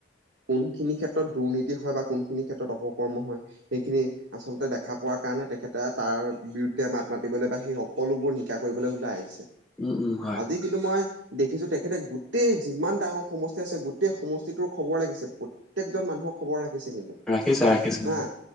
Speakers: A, on the right; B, in the centre.
A: কোনখিনি ক্ষেত্ৰত দুৰ্নীতি হয় বা কোনখিনি ক্ষেত্ৰত অপকৰ্ম হয়। সেইখিনি আচলতে দেখা পোৱাৰ কাৰণে তেখেতে তাৰ বিৰুদ্ধে মাত মাতিবলৈ বা সেই সকলোবোৰ নিকা কৰিবলৈ ওলাই আহিছে।
B: উম-উম হয়।
A: আজি কিন্তু মই দেখিছোঁ তেখেতে গোটেই যিমান ডাঙৰ সমষ্টি আছে গোটেই সমষ্টিটোৰ খবৰ লাগিছে। প্ৰত্যেকজন মানুহ খবৰ ৰাখিছে কিন্তু।
B: ৰাখিছা ৰাখিছোঁ।
A: হা